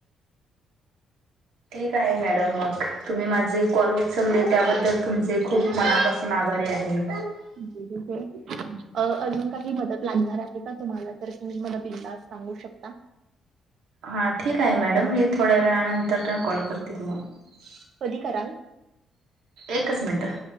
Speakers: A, on the right (about 85°); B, on the right (about 65°).
A: ठीक आहे मॅडम मग तुम्ही माझे कॉल उचलले त्याबद्दल तुमचे खूप मनापासून आभारी आहे मी.
B: <unintelligible> अ अजून काही मदत लागणार आहे का तुम्हाला? तर तुम्ही मला बिंदास सांगू शकता.
A: हां ठीक आहे मॅडम मी थोड्या वेळाानंतरन कॉल कर ते तुम्हाला
B: कधी कराल
A: एकच मिनिटं.